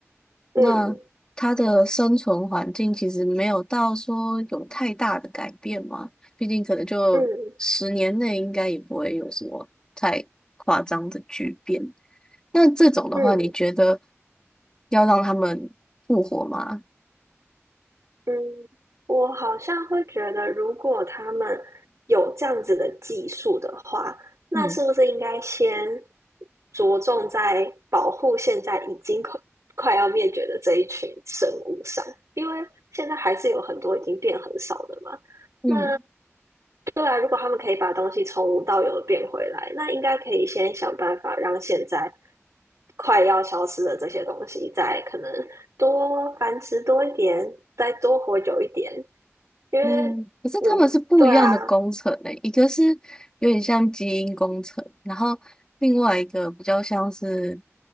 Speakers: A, on the left (about 15°); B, on the right (about 90°).
A: 那它的生存环境其实没有到说有太大的改变嘛，
B: 嗯
A: 毕竟可能就十年内应该也不会有什么太夸张的巨变。
B: 嗯
A: 那这种的话，
B: 嗯。
A: 你觉得要让他们复活吗？
B: 嗯，我好像会觉得，如果他们有这样子的技术的话，那是不是应该先
A: 嗯
B: 着重在保护现在已经快快要灭绝的这一群生物上？因为现在还是有很多已经变很少的嘛。
A: 嗯。
B: 那对啊，如果他们可以把东西从无到有的变回来，那应该可以先想办法让现在快要消失的这些东西，再可能多繁殖多一点，再多活久一点。因为我对啊，
A: 嗯，可是他们是不一样的工程呢、一个是有点像基因工程，然后另外一个比较像是